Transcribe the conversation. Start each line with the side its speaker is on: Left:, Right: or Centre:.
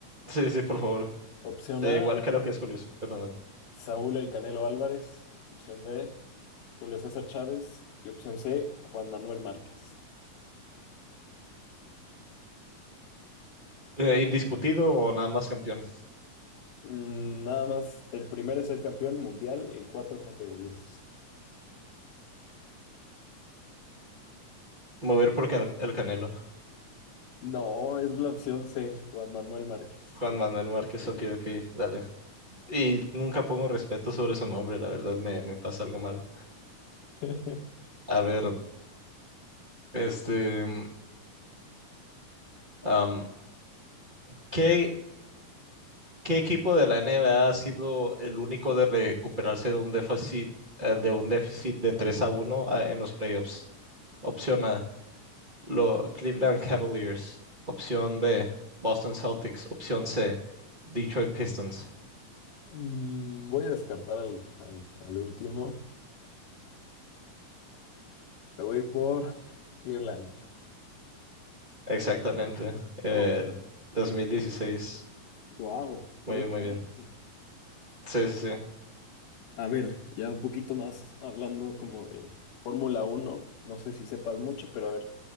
Right: sí, sí, por favor.
Left: Opción
Right: Eh,
Left: A,
Right: igual creo que es Julio, C- bueno, dale.
Left: Saúl El Canelo Álvarez. Opción B, Julio César Chávez. Y opción C, Juan Manuel Márquez.
Right: Eh, ¿indiscutido o nada más campeón?
Left: Mm, Nada más, el primero en ser campeón mundial en cuatro categorías.
Right: Mover por Can- el Canelo.
Left: No, es la opción C, Juan Manuel Márquez.
Right: Juan
Left: sorprendentemente.
Right: Manuel Márquez, ok, ok, dale. Y nunca pongo respeto sobre su nombre, la verdad me, me pasa algo malo.
Left: <laughs>
Right: A ver, este, mm, am, ¿qué, qué equipo de la NBA ha sido el único de recuperarse de un déficit, eh, de un déficit de 3 a uno a- en los playoffs? Opción A, lo, Cleveland Cavaliers. Opción B, Boston Celtics. Opción C, Detroit Pistons.
Left: Mm, Voy a descartar al, al- al último. Me voy a ir por Cleveland.
Right: Exactamente, eh,
Left: Oh,
Right: 2016.
Left: wow,
Right: Muy
Left: 3
Right: bien, muy
Left: a
Right: bien.
Left: uno.
Right: Sí, sí, sí.
Left: A ver, ya un poquito más hablando como de Fórmula Uno, no sé si sepas mucho, pero a ver,